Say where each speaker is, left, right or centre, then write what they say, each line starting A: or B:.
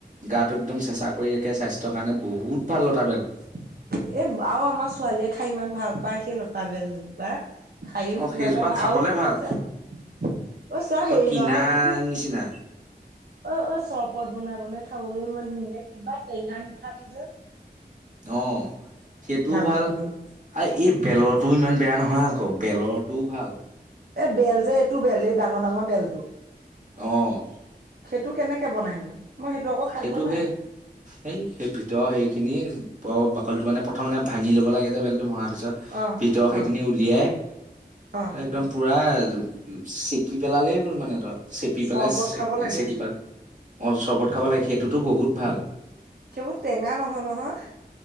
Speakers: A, on the right; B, on the right.
A: গাটো একদম চেচা কে স্বাস্থ্যৰ কাৰণে বহুত ভাল লতা বেল।
B: এ, আৰু আমাৰ ছোৱালীয়ে খাই ইমান ভাল পায় সেই লতা-বেল জোপা।। খাইও
A: অ
B: কিবা
A: সেইজোপা
B: এটা ভা
A: খাবলে
B: আৰু চ
A: ভাল
B: অ চাহ
A: তই
B: হেৰি
A: কিনা
B: নহয় এটো কি
A: নিচিনা
B: অ'অ চৰবত বনাই বনাই খাবলৈও ইমান ধুনীয়া কিবা টেঙা মিঠাটো যেন।
A: অ' সেইটোও ভাল,
B: বস্তুটো
A: আৰু এই বেলতো ইমান বেয়া নহয় আকৌ বেলৰটোও ভাল।
B: এ বেল যে এইটো বেল, এই ডাঙৰ ডাঙৰ বেলটো।
A: অ'
B: সৈটো কেনেকে বনাইনো? মই আকৌ খাই
A: সেইটো
B: পোৱা নাই
A: সেই, সেই সেই ভিতৰ সেই খিনি প' বাকলটো মানে প্ৰথম মানে ভাঙি ল'ব লাগে যে বেলটো ভঙা তাৰপিছত
B: অ
A: ভিতৰৰ সেইখিনি
B: অ
A: উলিয়াই,
B: অ
A: একদম পুৰা উ চেকি পেলালেই হ'ল মানে তই, চেকি
B: চৰবত
A: পেলাই চেকি
B: খাব লাগে
A: চেকি পেলাই অ চৰ্বত খাব লাগে, সেইটোতো বহুত ভাল।
B: সেইবোৰ টেঙা নহয় নহয়?